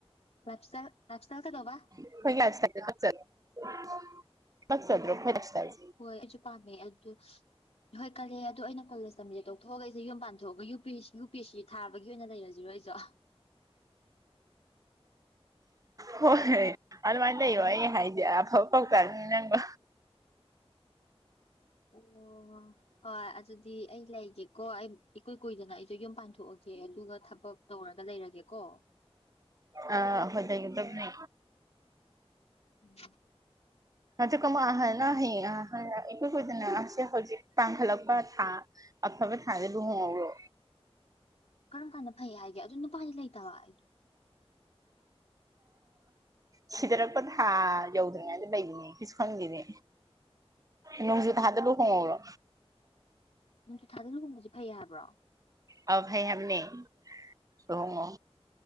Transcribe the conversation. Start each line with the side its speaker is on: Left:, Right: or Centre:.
Left: ꯂꯥꯐꯏꯁꯇꯥꯟ ꯂꯥꯐꯏꯁꯇꯥꯟ ꯀꯩꯗꯧꯕ
Right: ꯑꯩꯈꯣꯏ ꯂꯏꯐ ꯏꯁꯇꯜꯖꯦ <inaudible> ꯀꯥꯂꯛꯆꯥꯗ꯭ꯔꯣ ꯑꯩꯈꯣꯏ ꯂꯏꯐ ꯏꯁꯇꯜꯒꯦ
Left: ꯍꯣꯏ ꯑꯩꯁꯨ ꯄꯥꯝꯃꯦ ꯑꯗꯨ ꯍꯣꯏ ꯀꯜꯂꯦ ꯑꯗꯣ ꯑꯩꯅ ꯀꯣꯂꯦꯖ ꯇꯝꯃꯤꯖꯦ ꯇꯣꯛꯊꯣꯛꯑꯒ ꯑꯩꯁꯦ ꯌꯨꯝ ꯄꯥꯟꯊꯣꯛꯑꯒ ꯌꯨꯝ ꯌꯨꯄꯦꯁꯤ ꯌꯨꯄꯦꯁꯤ ꯊꯥꯕꯒꯤ ꯑꯣꯏꯅ ꯂꯩꯔꯁꯤꯔꯣ ꯑꯩꯁꯨ
Right: ꯍꯣꯏ ꯑꯗꯨꯃꯥꯏꯅ ꯂꯩꯌꯣ ꯑꯩ ꯍꯥꯏꯖꯤ ꯑꯐꯕ ꯄꯥꯎꯇꯥꯛꯅꯤ ꯅꯪꯕꯣ
Left: ꯑꯣ ꯍꯣꯏ ꯑꯗꯨꯗꯤ ꯑꯩ ꯂꯩꯒꯦꯀꯣ ꯑꯩ ꯏꯀꯨꯏ ꯀꯨꯏꯗꯅ ꯑꯩꯁꯨ ꯌꯨꯝ ꯄꯥꯟꯊꯣꯛꯑꯒꯦ ꯑꯗꯨꯒ ꯊꯕꯛ ꯇꯧꯔꯒ ꯂꯩꯔꯒꯦꯀꯣ
Right: ꯑꯥ ꯐꯩꯈꯣꯏꯗ ꯌꯨꯗꯞꯅꯤ
Left: ꯎꯝ
Right: ꯑꯗꯨꯒꯨ ꯑꯍꯅ ꯅꯪ ꯍꯌꯦꯡ ꯑ ꯏꯀꯨꯏ ꯀꯨꯏꯗꯅ ꯑꯁꯦ ꯍꯧꯖꯤꯛ ꯄꯥꯡꯈꯠꯂꯛꯄ ꯊꯥ ꯑꯐꯕ ꯊꯥꯖꯦ ꯂꯨꯍꯣꯡꯍꯧꯔꯣ
Left: ꯀꯔꯝ ꯀꯥꯟꯗ ꯐꯩ ꯍꯥꯏꯒꯦ ꯑꯗꯨ ꯅꯨꯄꯥꯗꯤ ꯂꯩꯇꯕ ꯑꯩꯒꯤ
Right: ꯁꯤꯗꯔꯛꯄ ꯊꯥ ꯌꯧꯗ꯭ꯔꯤꯉꯩꯗ ꯂꯩꯕꯅꯦ ꯑꯩꯁꯨ ꯈꯪꯗꯦꯅꯦ ꯅꯣꯡꯖꯨ ꯊꯥꯗ ꯂꯨꯍꯣꯡꯍꯧꯔꯣ
Left: ꯅꯨꯡꯖꯨ ꯊꯥꯗ ꯂꯨꯍꯣꯡꯕꯁꯦ ꯐꯩꯌꯦ ꯍꯥꯏꯕ꯭ꯔꯣ
Right: ꯑꯥꯎ ꯐꯩ ꯍꯥꯏꯕꯅꯦ ꯂꯨꯍꯣꯡ ꯉꯣ